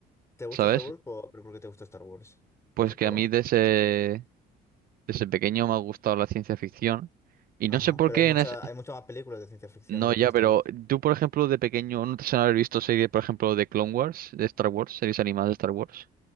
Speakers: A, on the left; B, on the right.
A: ¿Te gusta
B: ¿Sabes?
A: Star Wars? Po- ¿Pero por qué te gusta Star Wars?
B: Pues
A: Tipo,
B: que a mí desde, desde pequeño me ha gustado la ciencia ficción y
A: ajá.
B: no sé por
A: Pero
B: qué
A: hay mucha,
B: en, es-
A: hay muchas más películas de ciencia ficción
B: No,
A: aparte
B: ya,
A: de Star
B: pero
A: Wars.
B: tú, por ejemplo, de pequeño, no te suena haber visto series, por ejemplo, de Clone Wars, de Star Wars, series animadas de Star Wars.